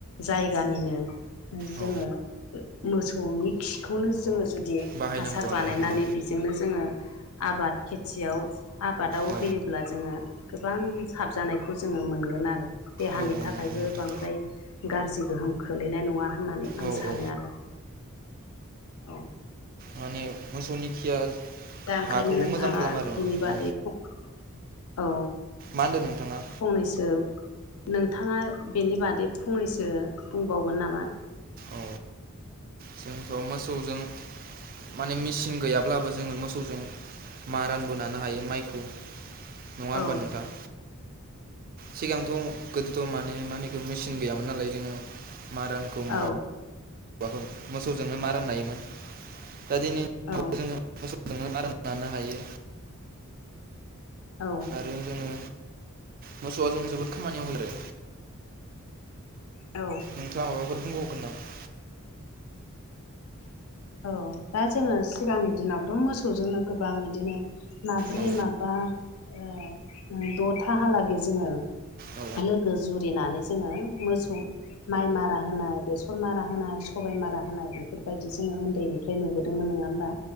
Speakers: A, on the left; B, on the right.
A: जायगानिनो ओ जोङो
B: औ
A: मोसौनि खिखौनो जोङो जुदि
B: बाहायनांगौ
A: हासार बानायनानै
B: आरो न' औ
A: बेजोंनो जोङो आबाद खेथियाव आबादाव
B: औ
A: होयोब्ला जोङो गोबां हाबजानायखौ जोङो मोनगोन आरो देहानि
B: औ औ
A: थाखायबो
B: नंगौ नोंथां
A: बांद्राय गाज्रि गोहोम खोलैनाय नङा होननानै आं
B: औ
A: सानो
B: औ
A: आरो औ
B: माने मोसौनि खिया
A: दा ओंखायनो
B: हाखौबो
A: नोंथांङा
B: मोजां खालामो आरो
A: बेनि बादै
B: औ
A: औ
B: मा होन्दों नोंथाङा
A: फंनैसो नोंथाङा बेनि बादै फंनैसो बुंबावगोन नामा?
B: औ जोंथ' मोसौजों माने मेचिन गैयाब्लाबो जोङो मोसौजों मारानबोनानो हायो माइखौ नङा होमबा
A: औ
B: नोंथां? सिगांथ' गोदोथ' मानि मानिखौ मेचिन गैयामोन नालाय जोङो मारानखौ माबो
A: औ
B: फोर मोसौजोंनो मारामन नायोमोन दा दिनैनि
A: औ
B: जोङो मोसौजोंनो आराम नानो हायो।
A: औ
B: आरो जोङो मोसौआ जों जोबोद खामानियाव हेरो
A: औ
B: नोंथाङा माबाफोर बुंबावगोन नामा?
A: औ दा जोङो सिगांनि दिनावथ' मोसौजोंनो गोबां बिदिनो माब्रै
B: औ
A: माबा ओ द'थाहालागै जोङो
B: औ
A: लोगो जुरिनानै जोङो मोसौ माइ मारा होनाय बेसर मारा होनाय सबायाइ मारा हो होननाय बेफोरबायदि जोंङो उन्दैनिफ्राय नुबोदोंमोन नङा होमबा।